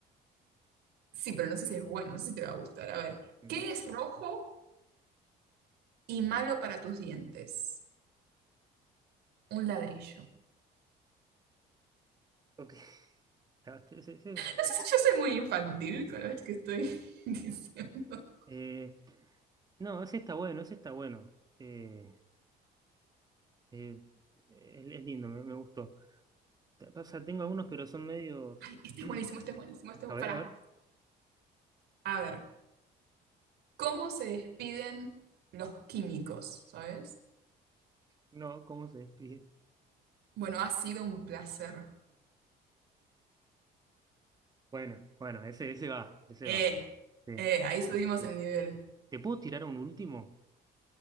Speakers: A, on the right; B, on the right.
A: sí, pero no sé si es bueno, no sé si te va a gustar. A ver,
B: Ujú.
A: ¿qué es rojo y malo para tus dientes? Un ladrillo.
B: Ok. <laughs> Está-
A: No sé si yo soy muy infantil con lo que estoy <laughs> diciendo.
B: Eh, no, ese está bueno, ese está bueno. Eh, eh, es, es lindo, me, me gustó. Te- O sea, tengo algunos, pero son medios.
A: Ay, este
B: <clears throat>
A: es buenísimo, este es buenísimo, este es...
B: A
A: bu-
B: ver,
A: Pará.
B: a ver.
A: A ver, ¿cómo se despiden los químicos? ¿Sabes?
B: No, ¿cómo se despide?
A: Bueno, ha sido un placer.
B: Bueno, bueno, ese, ese va, ese
A: Eh,
B: va. Sí,
A: eh, ahí subimos
B: sí.
A: el nivel.
B: ¿Te puedo tirar un último?